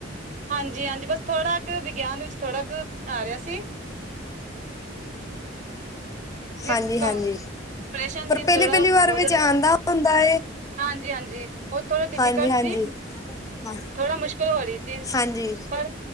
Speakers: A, on the right; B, on the left.
A: ਹਾਂਜੀ ਹਾਂਜੀ ਬਸ ਥੋੜਾ ਕੁ ਵਿਗਿਆਨ ਵਿੱਚ ਥੋੜਾ ਕੁ ਆ ਰਿਹਾ ਸੀ
B: ਹਾਂਜੀ
A: ਇੱਕ
B: ਹਾਂਜੀ
A: ਕੰਪਰੇਸ਼ਨ
B: ਪਰ
A: ਸੀ
B: ਪਹਿਲੀ
A: ਥੋੜਾ
B: ਪਹਿਲੀ
A: ਬਹੁਤ
B: ਵਾਰ ਵਿੱਚ
A: ਜ਼ਿਆਦਾ
B: ਆਉਂਦਾ ਹੁੰਦਾ
A: ਹਾਂਜੀ ਹਾਂਜੀ ਉਹ ਥੋੜਾ ਡਿਫੀਕਲਟ
B: ਹਾਂਜੀ ਹਾਂਜੀ
A: ਸੀ
B: ਹਾਂ
A: ਥੋੜਾ ਮੁਸ਼ਕਿਲ ਹੋ ਰਹੀ ਸੀ
B: ਹਾਂਜੀ
A: ਪਰ